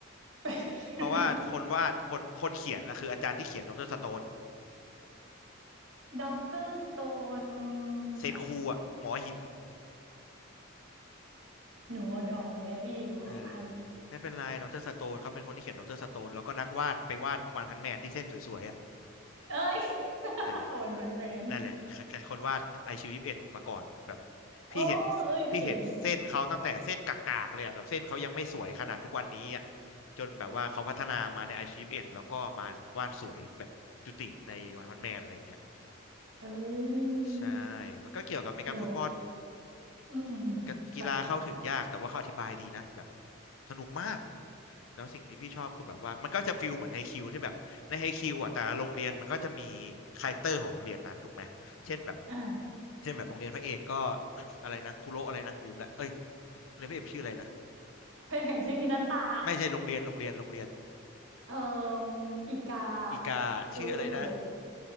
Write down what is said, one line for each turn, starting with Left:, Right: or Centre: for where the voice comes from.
Right: <laughs> ไ
Left: เพราะว่าคนวาดคนคนเขียนนะคืออาจารย์ที่เขียนดรสโตน
Right: ป ด็อกเตอร์สโตน
Left: เซนคูอะหมอหิน
Right: อะไรนะหนูเอาดองไว้อะพี่หนูขออภัยนะ
Left: เออไม่เป็นไรดรสโตนเขาเป็นคนที่เขียนดรสโตนแล้วก็นักวาดไปวาดวันพันแมนที่เส้นสวยๆอ่ะ
Right: เอ้ย <laughs>
Left: นั่นแหละ
Right: วันวันแรน
Left: นั่นแหละคคคนวาดไอคิวยี่สิบเอ็ดมาก่อนแบบ
Right: โอ้เอ้ยเจ๋ง
Left: พี่เห็นพี่เห็นเส้นเขาตั้งแต่เส้นกากๆเลยอะแบบเส้นเขายังไม่สวยขนาดทุกวันนี้อ่ะจนแบบว่าเขาพัฒนามาในไอคิวยี่สิบเอ็ดแล้วก็มาวาดสวยแบบจุติในวันพันแมนอะไรอย่างเงี้ย
Right: เอ้ย
Left: ใช่มันก็เกี่ยวกับอเมริกันฟุตบอล
Right: หนูอืมอืมอืมค่ะ
Left: กะกีฬาเข้าถึงยากแต่ว่าเขาอธิบายดีนะแบบสนุกมากแล้วสิ่งที่พี่ชอบคือแบบว่ามันก็จะฟิลเหมือนไฮคิวที่แบบในไฮคิวอ่ะแต่ละโรงเรียนมันก็จะมีคาแรคเตอร์ของโรงเรียนนั้นถูกไหมเช่นแบบ
Right: อ่า
Left: เช่นแบบโรงเรียนพระเอกก็ <coughs> อะไรนะคุโระอะไรนะลืมละเอ้ยโรงเรียนพระเอกชื่ออะไรนะ
Right: เคยเห็นชื่อฮินาตะ
Left: ไม่ใช่โรงเรียนโรงเรียนโรงเรียน
Right: เอ่ออีกา
Left: อีกาชื่ออะไรนะ
Right: ฮูโรอะไรวะ